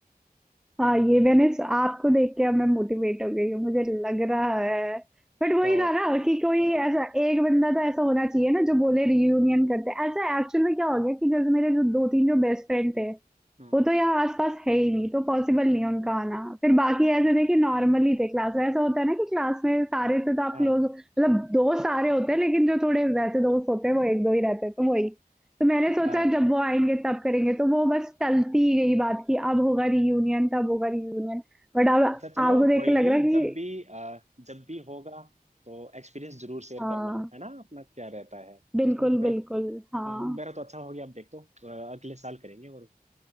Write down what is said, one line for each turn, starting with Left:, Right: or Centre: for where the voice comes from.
Centre: हाँ ये मैंने स- आपको देख के अब मैं मोटिवेट हो गई हूँ मुझे लग रहा है बट वही
Right: तो
Centre: था ना कि कोई ऐसा एक बंदा तो ऐसा होना चाहिए ना जो बोले रियूनियन करते हैं। ऐसा एक्चुअल में क्या हो गया कि जैसे मेरे जो दो तीन जो बेस्ट फ्रेंड थे
Right: हम्म
Centre: वो तो यहाँ आसपास है ही नहीं तो पॉसिबल नहीं है उनका आना फिर बाकी ऐसे थे कि नॉर्मली थे क्लास ऐसा होता है ना कि क्लास में सारे से तो आप
Right: हाँ
Centre: क्लोज मतलब दोस्त सारे होते हैं लेकिन जो थोड़े वैसे दोस्त होते हैं वो एक दो ही रहते हैं तो वही तो मैंने सोचा
Right: अ,
Centre: जब वो आएंगे तब करेंगे तो वो बस टलती ही गई बात की अब होगा रियूनियन तब होगा रियूनियन बट अब आपको
Right: अच्छा चलो कोई
Centre: देख के
Right: नहीं
Centre: लग रहा है
Right: जब
Centre: कि
Right: भी अ, जब भी होगा तो एक्सपीरियंस जरूर शेयर
Centre: हाँ
Right: करना है ना अपना क्या रहता है
Centre: बिल्कुल
Right: चलो मैं
Centre: बिल्कुल हाँ
Right: हाँ हाँ, मेरा तो अच्छा हो गया अब देख तो अ, अगले साल करेंगे और